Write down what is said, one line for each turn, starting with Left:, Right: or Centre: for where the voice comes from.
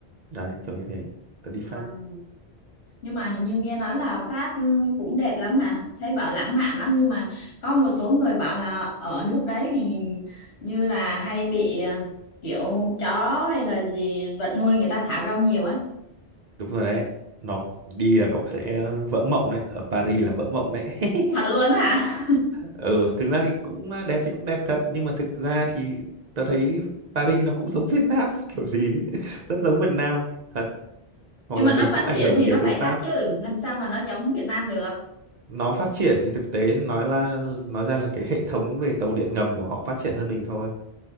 Right: đấy kiểu như thế tớ đi Pháp
Left: À. Nhưng mà hình như nghe nói là Pháp ừ, cũng đẹp lắm hả? Thấy bảo lãng mạn lắm nhưng mà có một số người bảo là ở nước đấy thì như là hay bị ờ, kiểu chó hay là gì vật nuôi người ta thả rong nhiều ấy.
Right: đúng rồi đấy nó đi là cậu sẽ vỡ mộng đấy ở Paris là vỡ mộng đấy <laughs>
Left: Thật luôn hả?
Right: ừ thực ra thì cũng đẹp thì cũng đẹp thật nhưng mà thực ra thì tớ thấy Paris nó cũng giống Việt Nam <laughs> kiểu gì ấy. rất giống Việt Nam thật
Left: <laughs>
Right: hoặc
Left: Nhưng
Right: là
Left: mà
Right: mình
Left: nó phát
Right: cũng ảnh
Left: triển
Right: hưởng
Left: thì
Right: nhiều
Left: nó phải
Right: từ Pháp
Left: khác chứ, làm sao mà nó giống Việt Nam được.
Right: nó phát triển thì thực tế nói là nói ra là cái hệ thống về tàu điện ngầm của họ phát triển hơn mình thôi